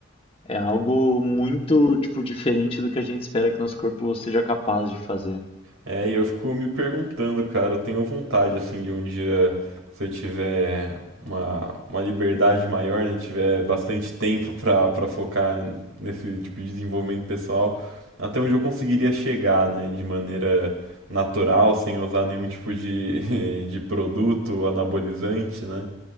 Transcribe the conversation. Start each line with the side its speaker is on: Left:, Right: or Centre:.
Left: é algo muito, tipo, diferente do que a gente espera que nosso corpo seja capaz de fazer.
Right: É, e eu fico me perguntando, cara, eu tenho vontade, assim, de um dia, se eu tiver uma, uma liberdade maior, né, tiver bastante tempo pra, pra focar nesse tipo de desenvolvimento pessoal, até onde eu conseguiria chegar, né, de maneira natural, sem usar nenhum tipo de, <laughs> de produto anabolizante, né?